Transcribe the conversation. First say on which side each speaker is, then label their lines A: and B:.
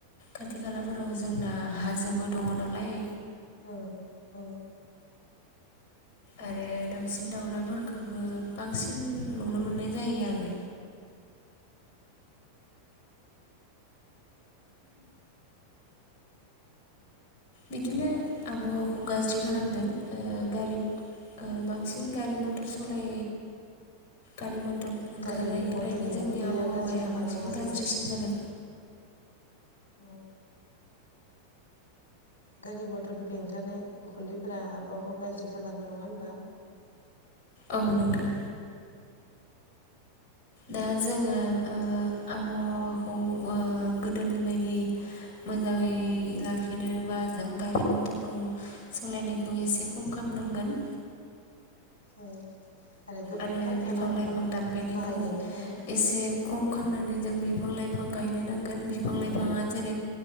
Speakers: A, on the left; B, on the left.
A: खाथि खालाफोराव जोंना हाजोबो दङ नालाय
B: औ औ
A: आरो दाउसिन दाउलाफोरखौबो बांसिन नुनो मोननाय जायो आरो। बिदिनो आबहावाखौ गाज्रि खालामदों ओ गारि बांसिन गारि मथर सालाय गारि मटर ओंखारनायनिफ्रायनो
B: गारि मटरनि
A: जोंनि
B: उखुन्दैया
A: आबहावाया
B: गाज्रि खालामो
A: बांसिन
B: नङा होनबा
A: गाज्रिसिन जादों।
B: औ गारि मथरनिफ्राय ओंखारनाय उखुन्दैफोरा आबहावाखौ गाज्रि खालामो नङा होनबा?
A: औ नोंथां। दा जोङो ओ आबहावाखौ ओ गोदोनि बायदि मोजाङै लाखिनोबा जों गारि मथरखौ सालायनायखौ एसे खम खालामनांगोन।
B: औ गोबां
A: आरो
B: कारखाना
A: बिफां लाइफां
B: बा
A: दानफायनायखौ
B: बाहायनायनि थाखाय ना
A: एसे खम खालामनानै जों बिफां लाइफां गायनो नांगोन बिफां लाइफाङा जेरै